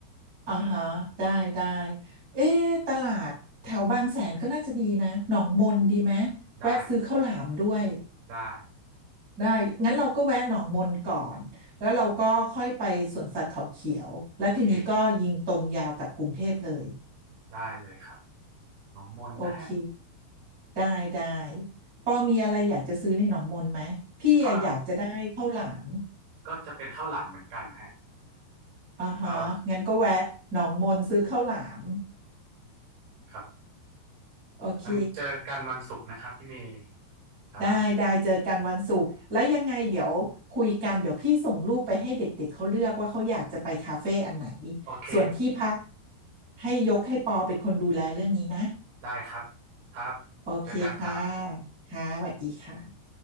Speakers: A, on the right; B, on the right.
A: อ่าฮะได้ได้เอ๊ะตลาดแถวบางแสนก็น่าจะดีนะหนองมนดีไหมแวะซื้อข้าวหลามด้วย
B: ได้ได้
A: ได้งั้นเราก็แวะหนองมนก่อนแล้วเราก็ค่อยไปสวนสัตว์เขาเขียวและทีนี้ก็ยิงตรงยาวกับกรุงเทพเลย
B: โอเคได้เลยครับน้องมนนะฮะ
A: โอเคได้ได้ปอมีอะไรอยากจะซื้อในหนองมนไหมพี่อะอยากจะได้ข้าวหลาม
B: ก็ก็จะเป็นข้าวหลามเหมือนกันฮะ
A: อ่าฮะงั้นก็แวะหนองมนซื้อข้าวหลาม
B: ก็ครับ
A: โอเค
B: งั้นเจอกันวันศุกร์นะครับพี่เมย์ครับ
A: ได้ได้เจอกันวันศุกร์แล้วยังไงเดี๋ยวคุยกันเดี๋ยวพี่ส่งรูปไปให้เด็กๆเขาเลือกว่าเขาอยากจะไปคาเฟ่อันไหน
B: โอเค
A: ส่วนที่พักให้ยกให้ปอเป็นคนดูแลเรื่องนี้นะ
B: ได้ครับครับ
A: โอเคค่ะ
B: เจอกันครับ
A: ค่ะสวัสดีค่ะ